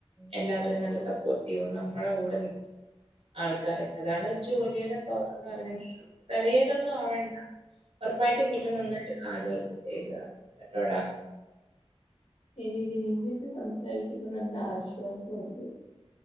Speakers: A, on the right; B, on the left.
A: എല്ലാവരും നല്ല സപ്പോർട്ട്യ്യും നമ്മള കൂടെ നിക്കും ആൾക്കാരൊക്കെ അതാണ് ഒരു ജോലിയുടെ പവർന്ന് പറഞ്ഞ വറി ഡ്‌ ഒന്നും ആവണ്ട. ഉറപ്പായിട്ടും കിട്ടും നന്നായിട്ട് ഹാർഡ് വർക്ക് ചെയ് <unintelligible> കേട്ടോടാ
B: ശരി ഇടി നിൻ്റെടത്ത് സംസാരിച്ചപ്പം നല്ല ആശ്വാസം ഒണ്ട്